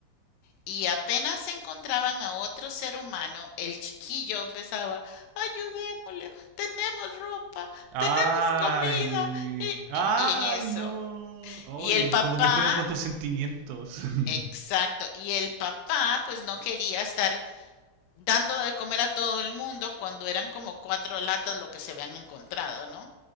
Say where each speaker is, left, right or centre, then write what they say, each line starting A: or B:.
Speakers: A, on the left (about 85°); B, on the right (about 80°).
A: y apenas encontraban a otro ser humano, el chiquillo empezaba, ayudémosle, tenemos ropa,
B: Ay,
A: tenemos comida, y,
B: ay,
A: y- y en eso.
B: no.
A: Y
B: Ay,
A: el papá,
B: como que juegan con tus sentimientos. <laughs>
A: exacto, y el papá pues no quería estar dando de comer a todo el mundo cuando eran como cuatro latas lo que se habían encontrado, ¿no?